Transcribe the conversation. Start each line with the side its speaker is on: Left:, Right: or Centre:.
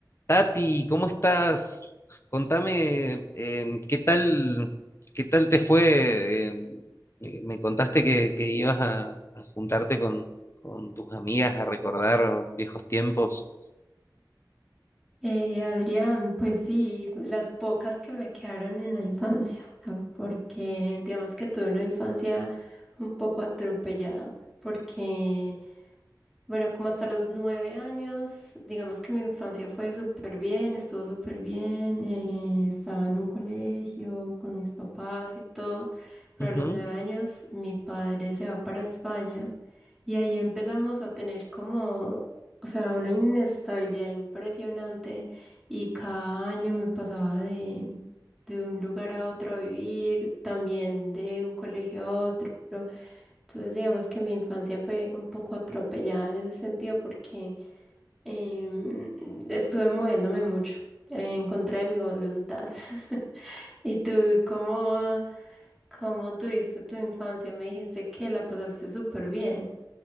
Left: Tati, ¿cómo estás? Contame, em, ¿qué tal, qué tal te fue? Em, me me contaste que, que ibas a, a juntarte con, con tus amigas a recordar viejos tiempos.
Centre: Eh, Adrián, pues sí, las pocas que me quedaron en la infancia, <laughs> porque digamos que tuve una infancia un poco atropellada, porque bueno, como hasta los nueve años, digamos que mi infancia fue súper bien, estuvo súper bien, eh, estaba en un colegio con mis papás y todo, pero
Left: Ujú.
Centre: a los nueve años mi padre se va para España y ahí empezamos a tener como, o sea, una inestabilidad impresionante y cada año me pasaba de, de un lugar a otro a vivir, también de un colegio a otro. Entonces, digamos que mi infancia fue un poco atropellada en ese sentido porque em, estuve moviéndome mucho eh, en contra de mi voluntad. <laughs> ¿Y tú cómo, cómo tuviste tu infancia? Me dijiste que la pasaste súper bien.